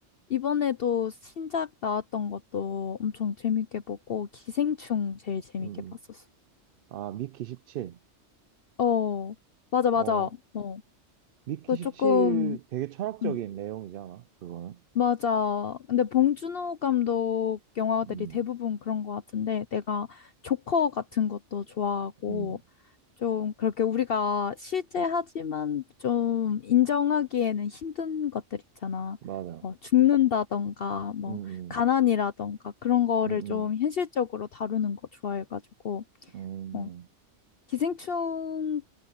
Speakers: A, on the left; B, on the right.
A: 이번에도 신작 나왔던 것도 엄청 재밌게 보고, 기생충 제일 재밌게
B: 음,
A: 봤었어.
B: 음. 아, 미키 17.
A: 어, 맞아, 맞아.
B: 어,
A: 어,
B: 미키
A: 그
B: 17
A: 조금,
B: 되게 철학적인
A: 음,
B: 내용이잖아, 그거는.
A: 맞아. 근데 봉준호 감독 영화들이
B: 음,
A: 대부분 그런 것 같은데, 내가 조커 같은 것도 좋아하고,
B: 음,
A: 좀 그렇게 우리가 실제 하지만 좀 인정하기에는 힘든 것들 있잖아.
B: 맞아.
A: 뭐 죽는다던가 뭐
B: 음,
A: 가난이라던가 그런 거를
B: 음, 음,
A: 좀 현실적으로 다루는 거 좋아해가지고
B: 음,
A: 어, 기생충이